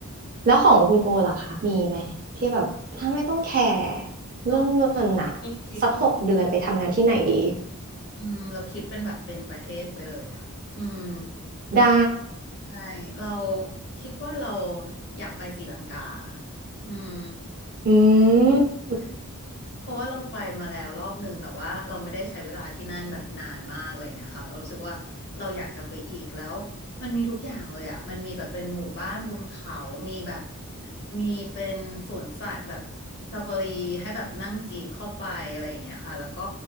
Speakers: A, on the right; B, on the left.
A: แล้วของคุณโบล่ะคะมีไหมที่แบบถ้าไม่ต้องแคร์เรื่องเงินน่ะ
B: เราเราคิดคือ
A: สักหกเดือนไปทำงานที่ไหนดี
B: อืมเราคิดเป็นแบบเป็นประเทศไปเลยอ่ะอืม
A: ได้
B: ใช่เราคิดว่าเราอยากไปศรีลังกาอืม
A: อืม
B: ใช่เพราะเพราะว่าเราไปมาแล้วรอบหนึ่งแต่ว่าเราไม่ได้ใช้เวลาที่นั่นแบบนานมากอะไรอย่างเงี้ยค่ะเรารู้สึกว่าเราอยากกลับไปอีกแล้วมันมีทุกอย่างเลยอ่ะมันมีแบบเป็นหมู่บ้านบนเขามีแบบมีเป็นสวนสัตว์แบบซาฟารีให้แบบนั่งจีบเข้าไปอะไรอย่างเงี้ยค่ะแล้วก็